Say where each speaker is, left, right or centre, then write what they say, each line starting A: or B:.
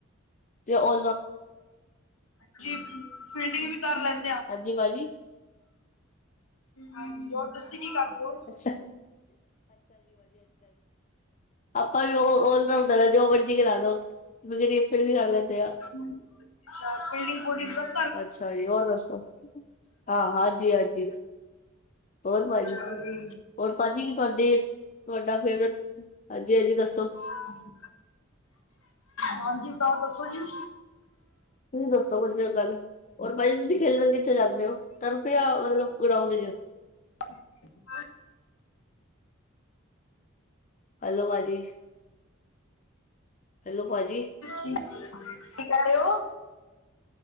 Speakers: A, on the left; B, on the left.
A: ਤੇ ਓ
B: ਜੀ ਫਿਲਿਡਿੰਗ ਵੀ ਕਰ ਲੈਣ
A: ਹਾਜੀ ਪਾਜੀ।
B: ਹਾਂਜੀ, ਔਰ ਤੁਸੀਂ ਕੀ ਕਰਦੇ ਓ? <inaudible>
A: ਅੱਛਾ ਅਪਾਂ ਵੀ ਓਹ ਓਸ ਨਾਲ ਕਰੈ ਜੋ ਮਰਜ਼ੀ ਕਰਾ ਦੋ। <unintelligible> ਫਿਰ ਵੀ ਕਰ ਲੈਂਦੇ ਆ।
B: ਹੂੰ, ਅੱਛਾ ਫਿਲਡਿੰਗ-ਫੂਲਡਿੰਗ ਸਬ
A: ਅੱਛਾ ਜੀ, ਹੋਰ ਦੱਸੋ? ਹਾਂ, ਹਾਜੀ ਹਾਜੀ, ਹੋਰ ਪਾਜ
B: ਆ ਗਈ।
A: ਓਰ ਭਾਜੀ ਕੀ ਤੁਆਡੇ, ਤੁਆਡਾ ਫੇਵਰੇਟ, ਅਗੇ ਐ ਜੀ ਦੱਸੋ?
B: ਹੂੰਹੂੰ। ਹਾਂਜੀ, ਬਤਾਓ ਦੱਸੋ ਜੀ।
A: ਤੁਸੀਂ ਦੱਸੋ, ਵਜੀਆ ਗੱਲ। ਔਰ ਭਾਜੀ ਤੁਸੀਂ ਖੇਲਣ ਕਿੱਥੇ ਜਾਂਦੇ ਓ? ਤਰਫ ਯਾ ਮਤਲਬ ਗਰਾਂਊਂਡ ਇਚ?
B: <inaudible>
A: ਹੈਲੋ ਭਾਜੀ। ਹੈਲੋ ਭਾਜੀ।
B: ਕੀ ਕੈ ਰੇ ਓ?